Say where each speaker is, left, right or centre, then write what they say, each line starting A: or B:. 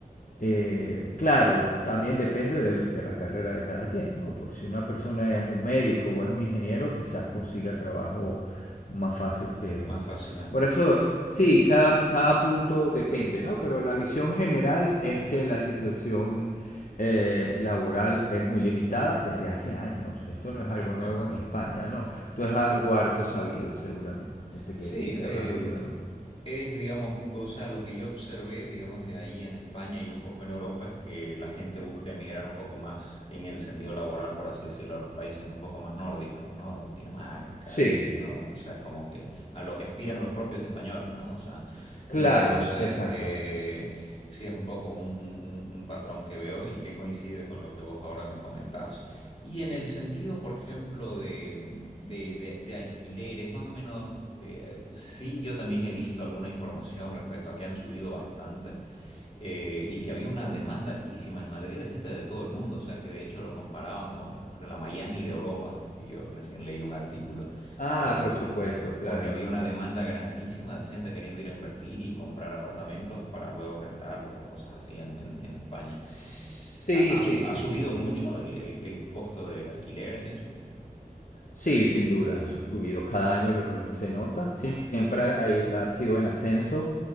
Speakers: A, on the left (about 60°); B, on the left (about 40°).
A: eh, claro, también depende del- de, la carrera de cada quien, ¿no? Por si una persona es un médico o es un ingeniero, quizás consiga trabajo más fácil que...
B: Más fácilmente.
A: Por eso, sí, cada, cada punto depende, ¿no? Pero la visión general es que la situación eh, laboral es muy limitada desde hace años. Esto no es algo
B: Ok.
A: nuevo en España, ¿no? Esto es algo harto sabido, seguramente,
B: Sí,
A: que, que
B: eh,
A: ya habrás oído, ¿no?
B: Es, digamos, o sea, lo que yo observé, digamos, de ahí en España y un poco en Europa es que la gente busca emigrar un poco más en el sentido laboral, por así decirlo, a los países un poco más nórdicos, ¿no? Dinamarca,
A: Sí,
B: y- ¿no? O sea, es como que a lo que aspiran los propios españoles, ¿no? O sea,
A: claro,
B: entonces,
A: exacto.
B: eh, sí es un poco un, un- un- un patrón que veo y que coincide con lo que vos ahora me comentás. Y en el sentido, por ejemplo, de, de, de- de alquileres, más o menos, eh, sí, yo también he visto alguna información respecto a que han subido bastante eh, y que había una demanda altísima en Madrid de gente de todo el mundo, o sea que de hecho lo comparaban con la Miami de Europa. Eh, Yo recién leí un artículo
A: Ah,
B: por, eh,
A: por supuesto, claro.
B: porque había una demanda grandísima de gente queriendo ir a invertir y comprar apartamentos para luego rentarlos o cosas así en, en en España.
A: Sí,
B: ¿Ha, ha
A: sí,
B: su-
A: sí,
B: ha subido
A: sí.
B: mucho el, el- el costo de alquileres y eso?
A: Sí, sin duda, ha subido. Cada año lo- lo- se nota. Siempre ha, ha ido- ha sido en ascenso.